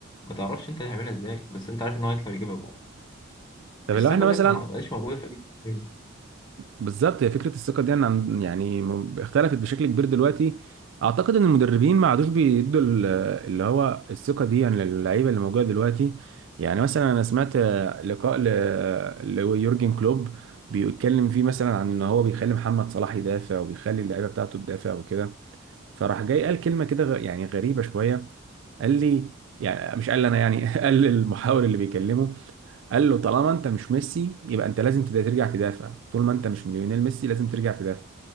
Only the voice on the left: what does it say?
ما تعرفش انت هيعملها ازاي بس انت عارف ان هو هيطلع يجيبها جون
الثقة
ديت ما بقاش موجودة في اي لعيب.